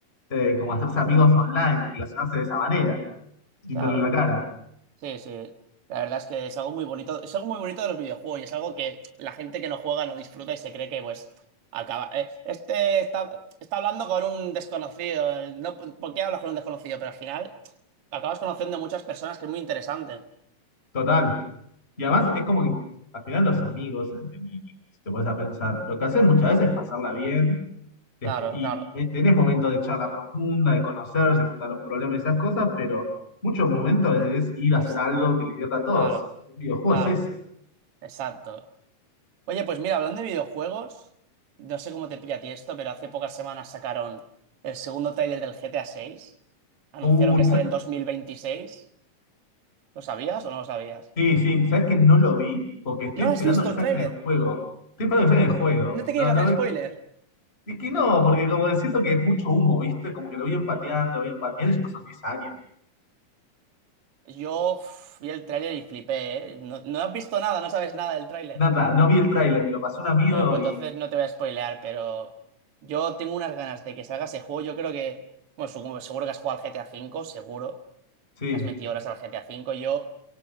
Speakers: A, on the left; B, on the right.
A: eh, como hacerse amigos online o relacionarse de esa manera, sin
B: Claro.
A: verle la cara.
B: Sí, sí. La verdad es que es algo muy bonito. Es algo muy bonito de los videojuegos y es algo que la gente que no juega no disfruta y se cree que, pues, acaba. eh, este está, está hablando con un desconocido. eh, No, ¿por qué hablas con un desconocido? Pero al final acabas conociendo muchas personas que es muy interesante.
A: Total. Y además es como que al final los amigos, en- en- si te pones a pensar, lo que hacen muchas
B: Ajá.
A: veces es pasarla bien despu-
B: Claro,
A: y
B: claro.
A: tenés momentos de charla profunda, de conocerse, contar los problemas y esas cosas, pero muchos momentos es ir a
B: Pas-
A: hacer algo que le divierta a todos.
B: Claro,
A: Un videojuego
B: claro.
A: es eso.
B: Exacto. Oye, pues mira, hablando de videojuegos, no sé cómo te pilla a ti esto, pero hace pocas semanas sacaron el segundo tráiler del GTA VI. Anunciaron
A: Un-
B: que sale
A: sa-
B: en 2026. ¿Lo sabías o no lo sabías?
A: sí, sí, ¿sabes que no lo vi? Porque estoy
B: ¿No
A: esperando
B: has visto
A: que
B: el
A: saquen
B: tráiler?
A: el juego. Estoy esperando que saquen el juego.
B: ¿No te quieres
A: No, no,
B: hacer spoiler?
A: Y que no, porque como que siento que es mucho humo, ¿viste? Como que lo vi empateando, vi empateando y ya pasaron diez años.
B: Yo uf, vi el tráiler y flipé, ¿eh? No, no has visto nada, no sabes nada del tráiler.
A: Nada, no vi el tráiler, me lo pasó un amigo
B: Bueno, pues
A: y
B: entonces no te voy a spoilear, pero yo tengo unas ganas de que salga ese juego. Yo creo que, bueno, su- seguro que has jugado al GTA cinco seguro.
A: sí,
B: Las metí horas al GTA V. Yo,